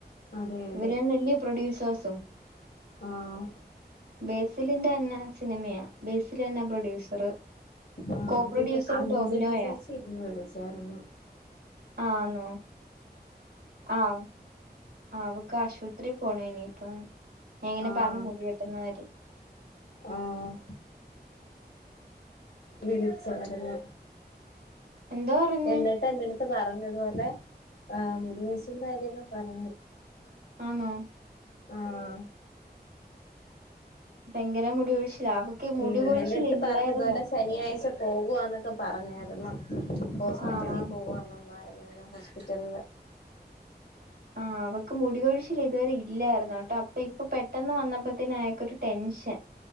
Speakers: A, on the left (about 80°); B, on the right (about 80°).
A: അതെ
B: ഇവര്
A: അതെ
B: തന്നെ അല്ലിയോ പ്രൊഡ്യൂസേഴ്സും.
A: ആഹ്
B: ബേസിലിന്റെ തന്നെ സിനിമയാ ബേസില് തന്നാ പ്രൊഡ്യൂസർ.
A: ആഹ്
B: കോ പ്രൊഡ്യൂസർ
A: പിന്നെ അഞ്ചന
B: ടോവിനോയാ
A: ചേച്ചി ഇന്ന് വിളിച്ചായിരുന്നു.
B: ആന്നോ? ആഹ് അവക്ക് ആശുപത്രി പോണം ഇനിയിപ്പം ഞാൻ ഇങ്ങനെ
A: ആഹ്
B: പറഞ്ഞു മുടി വെട്ടുന്ന കാര്യം.
A: ആഹ് വിളിച്ചായിരുന്നു.
B: എന്തോ പറഞ്ഞ്
A: എന്നിട്ട് എന്റെടുത്ത് പറഞ്ഞുതുപോലെ ആഹ് മുടികൊഴിച്ചലിന്റെ കാര്യങ്ങളെക്കെ പറഞ്ഞു.
B: ആന്നൊ?
A: ആഹ്
B: ഭയങ്കര മുടി കൊഴിച്ചിലാ മുടി
A: ഉം
B: കൊഴിച്ചിൽ
A: എന്റെ അടുത്ത്
B: ഇല്ലായിരുന്നു
A: പറഞ്ഞതുപോലെ ശനിയാഴ്ച പോകുവാന്നൊക്കെ പറഞ്ഞായിരുന്നു. ഹോസ്പിറ്റലിൽ
B: ആഹ്
A: പോവാന്ന് ആയുർവേദ ഹോസ്പിറ്റലില്
B: ആ അവക്ക് മുടികൊഴിച്ചൽ ഇതുവരെ ഇല്ലായിരുന്നു കേട്ടോ. അപ്പൊ ഇപ്പൊ പെട്ടെന്ന് വന്നപ്പോ ത്തേന് അയ്യാക്കൊരു ടെൻഷൻ-